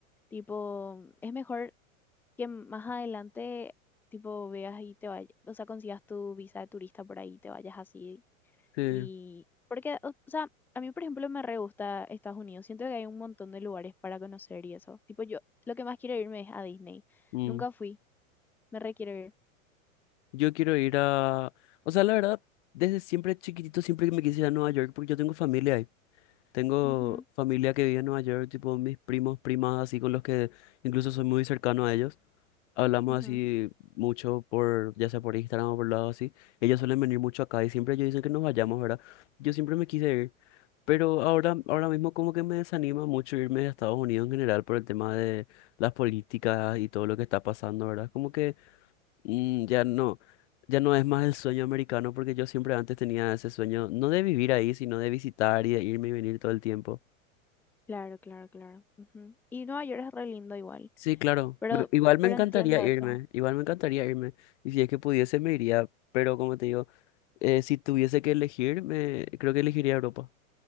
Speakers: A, in the centre; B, on the left.
A: Tipo, es mejor que más adelante, tipo, veas y te vayas, o sea, consigas tu visa de turista por ahí, y te vayas así.
B: Sí,
A: Y porque, o o sea, a mí, por ejemplo, me re gusta Estados Unidos. Siento que hay un montón de lugares para conocer y eso. Tipo, yo lo que más quiero irme es a Disney.
B: mm.
A: Nunca fui, me re quiero ir.
B: Yo quiero ir a... O sea, la verdad, desde siempre chiquitito siempre que me quise ir a Nueva York porque yo tengo familia ahí. Tengo
A: Ujú,
B: familia que vive en Nueva York, tipo mis primos, primas, así con los que incluso soy muy cercano a ellos. Hablamos
A: ujú.
B: así mucho por, ya sea por Instagram o por lado así. Ellos suelen venir mucho acá y siempre ellos dicen que nos vayamos, ¿verdad? Yo siempre me quise ir, pero ahora, ahora mismo como que me desanima mucho irme a Estados Unidos en general por el tema de las políticas y todo lo que está pasando, ¿verdad? Como que mm, ya no. Ya no es más el sueño americano porque yo siempre antes tenía ese sueño, no de vivir ahí, sino de visitar y de irme y venir todo el tiempo.
A: Claro, claro, claro. ujú. Y Nueva York es re lindo igual,
B: Sí, claro.
A: pero,
B: Me- Igual me
A: pero
B: encantaría
A: entiendo
B: irme,
A: eso.
B: igual me encantaría irme. Y si es que pudiese, me iría. Pero como te digo, eh, si tuviese que elegir, me... creo que elegiría Europa.